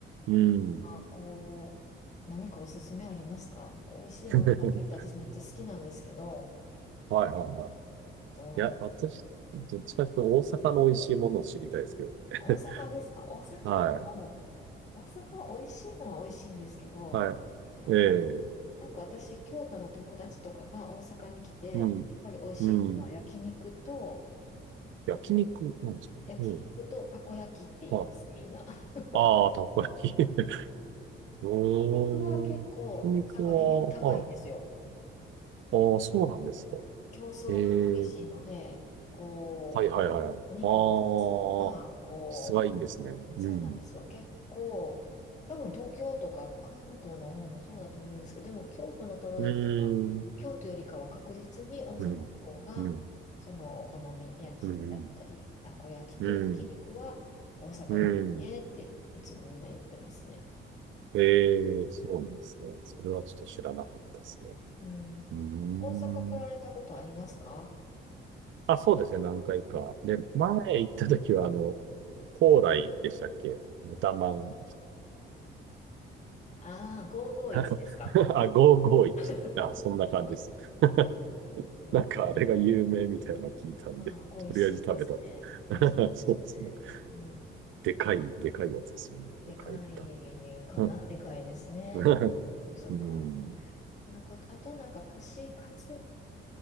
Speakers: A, on the right (about 75°); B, on the left (about 35°).
A: うん。
B: あ、こう、何かおすすめありますかこう、美味しいもの食べるって私めっちゃ好きなんですけど、
A: <laughs> はいはいは
B: と、
A: い。いや、私、どっちかというと大阪の美味しいものを知りたいですけどね。
B: 大阪ですか大阪でも、
A: <laughs> はい。
B: 大阪は美味しいのは美味しいんですけど、
A: はい。
B: なんか、
A: ええ
B: なんか私、京都の友達とかが大阪に来て、
A: うん。
B: やっぱり美味しいっていうのは焼肉と、
A: うん。焼肉なんですかうん。
B: 焼肉とたこ焼きって言います、
A: はい。
B: みんな。<laughs>
A: ああ、たっぷり。<laughs> うーん。
B: 焼肉は結構大阪レベル高いんですよ。
A: 焼肉は、はい。ああ、そうなんですか。
B: 競争が激しいので、
A: ええ
B: こ
A: はいはいはい。ああ、
B: う、お肉の質とか、こ
A: 質がいいんですね。
B: う、
A: うん。
B: そうなんですよ。結構、多分東京とか関東の方もそうだと思うんですけど、でも京都の友達は京都よりかは確実に大阪の方が、
A: うーん。うん。うん。
B: そのお好み焼きだったり、
A: うん。
B: たこ焼きと焼肉は大阪がいいねっていつもみんな言ってますね。
A: うん。うん。うんええ、そうなんですね。それはちょっと知らなかったですね。
B: うん。
A: うーん。
B: 大阪来られたことありますか
A: あ、そうですね、何回か。で、前行った時は、あの、高麗でしたっけ豚まん。
B: ああー、551ですか。
A: <laughs> あ、551。
B: <laughs>
A: あ、そんな感じですよ。<laughs>
B: 551。
A: なんかあれが有名みたいなの聞いたんで、
B: ああ、美味しいですね。
A: とりあえず食べたと。
B: 美味しいですね。
A: <laughs> そうですね。
B: うん。
A: でかい、でかいやつですよね。
B: でかいかな、
A: でかい豚まん。
B: でかいですね。
A: うん。<laughs>
B: 大阪。
A: うん
B: なんか、あとなんか串カツ、